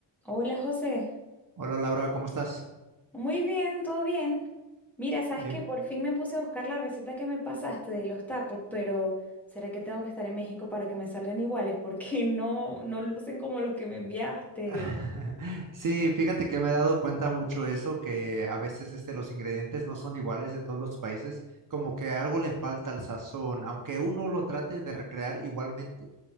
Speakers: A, in the centre; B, on the right (about 45°).
A: Hola José,
B: Hola Laura, ¿cómo estás?
A: muy bien, todo bien. Mira, sabes
B: Bien.
A: que por fin me puse a buscar la receta que me pasaste de los tacos, pero ¿será que tengo que estar en México para que me salgan iguales? <laughs> Porque no, no lucen como los que me enviaste.
B: <laughs> Sí, fíjate que me he dado cuenta mucho eso, que a veces este, los ingredientes no son iguales en todos los países, como que algo le falta al sazón, aunque uno lo trate de recrear igualmente,